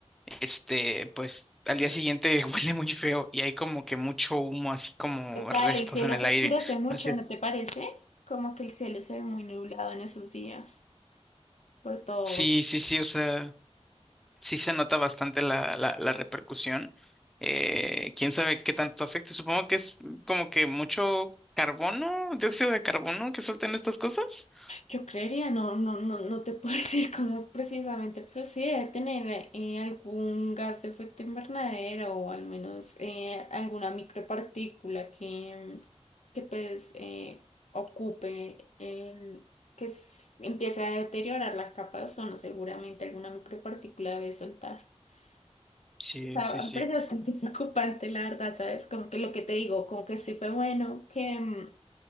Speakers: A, in the centre; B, on the left.
A: este, pues al día siguiente <laughs> huele muy feo y hay como que mucho humo, así como
B: Total,
A: restos
B: el cielo
A: en el
B: se
A: aire.
B: oscurece mucho,
A: No sé.
B: ¿no te parece? Como que el cielo se ve muy nublado en esos días, por todo
A: Sí, sí, sí, o sea, sí se nota bastante la, la, la repercusión. Eh, quién sabe qué tanto afecta. Supongo que es como que mucho carbono, dióxido de carbono que sueltan estas cosas.
B: Yo creería, no, no, no, no te puedo <laughs> decir cómo precisamente, pero sí debe tener eh, algún gas de efecto invernadero o al menos eh, alguna micropartícula que, que pues eh, ocupe, el, que s- empiece a deteriorar la capa de ozono, seguramente alguna micropartícula debe soltar. S-
A: Sí,
B: O sea,
A: sí, sí.
B: <laughs> pero es bastante preocupante, la verdad, ¿sabes? Como que lo que te digo, como que sí fue bueno que... mm,